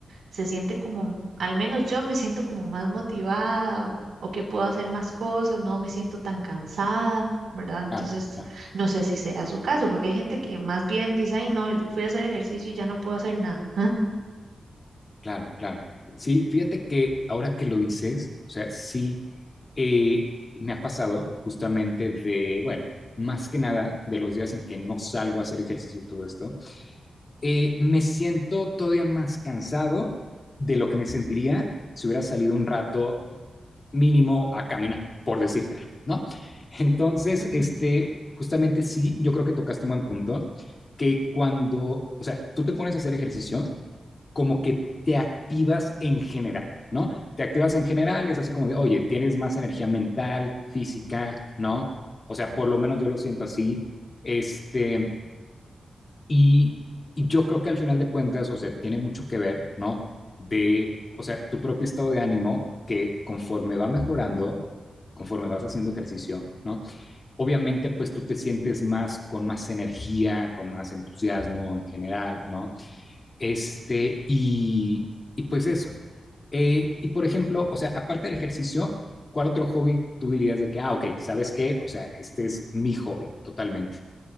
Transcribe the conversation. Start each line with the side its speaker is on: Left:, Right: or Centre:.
Right: se siente como, al menos yo me siento como más motivada o, o que puedo hacer más cosas, no me siento tan cansada. ¿Verdad? Entonces,
Left: Ah, ah.
Right: no sé si será su caso, porque hay gente que más bien dice, ay, no, fui a hacer ejercicio y ya no puedo hacer nada.
Left: Claro, claro. Sí, fíjate que ahora que lo dices, o sea, sí, eh, me ha pasado justamente de, bueno, más que nada de los días en que no salgo a hacer ejercicio y todo esto, eh, me siento todavía más cansado de lo que me sentiría si hubiera salido un rato mínimo a caminar, por decirte algo, ¿no? Entonces,
Right: <laughs> ujú.
Left: este, justamente sí, yo creo que tocaste un buen punto, que cuando, o sea, tú te pones a hacer ejercicio, como que te activas en general, ¿no? Te activas en general, es así como de, oye, tienes más energía mental, física, ¿no? O sea, por lo menos yo lo siento así, este, y, y yo creo que al final de cuentas, o sea, tiene mucho que ver, ¿no? De, o sea, tu propio estado de ánimo que conforme va mejorando, conforme vas haciendo ejercicio, ¿no? Obviamente, pues tú te sientes más, con más energía, con más entusiasmo en general, ¿no? Este, y, y pues eso. Eh, y por ejemplo, o sea, aparte del ejercicio, ¿cuál otro hobby tú dirías de que, ah, ok, ¿sabes qué? O sea, este es mi hobby, totalmente.